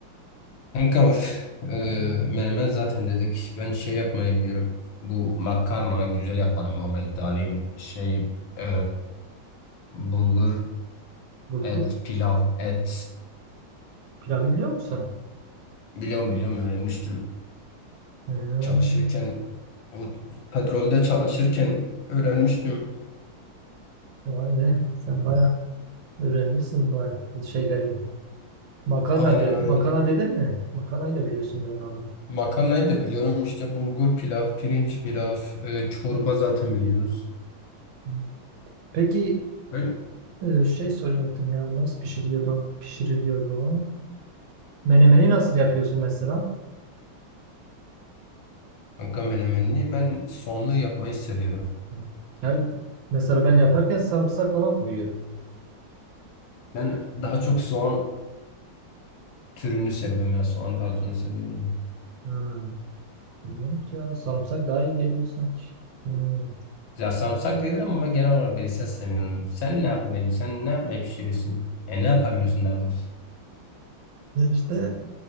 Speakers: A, on the left; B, on the right.
A: Kanka üf, e, menemen zaten dedik. Ben şey yapmayı biliyorum. Bu makarna güzel yaparım ama iddialıyım. Şey e, bulgur,
B: Bulgur
A: et, pilav, et.
B: pilavı biliyor musun?
A: Biliyorum biliyorum öğrenmiştim.
B: Hmm,
A: Çalışırken o petrolde çalışırken öğrenmiştim.
B: vay be sen bayağı öğrenmişsin bu ar- şeyleri. Makarna,
A: Aynen
B: de,
A: aynen.
B: makarna dedin mi? Makarnayı da biliyorsun herhalde.
A: Makarnayı da biliyorum. İşte bulgur pilav, pirinç pilav, e, çorba zaten biliyoruz.
B: Hmm. Peki
A: Öyle.
B: e, şey soracaktım ya nasıl pişiriyordu, pişiriliyordu o? Menemeni nasıl yapıyorsun mesela?
A: Kanka menemenini ben soğanlı yapmayı seviyorum.
B: Hmm. Ya, mesela ben yaparken sarımsak falan koyuyorum.
A: Ben daha çok soğan türünü seviyorum ya. Soğan tarzını seviyorum.
B: Hmm. Bilmiyorum ki ya sarımsak daha iyi geliyor sanki. Hmm.
A: Ya sarımsak da iyidir ama ben genel olarak verirsen sevmiyorum. Sen ne yapmayı, sen ne yapmayı pişirirsin? E ne yapabiliyorsun daha doğrusu?
B: Ya işte